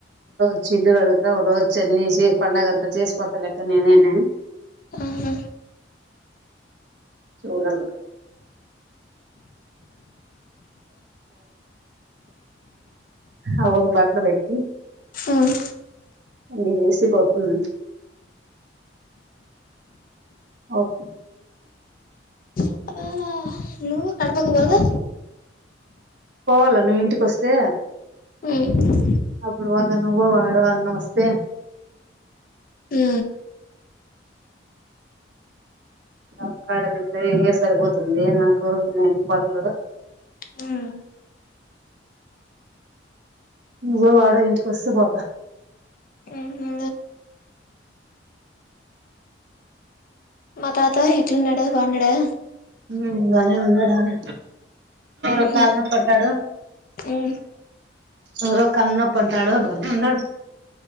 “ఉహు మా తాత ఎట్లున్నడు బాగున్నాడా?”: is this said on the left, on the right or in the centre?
Left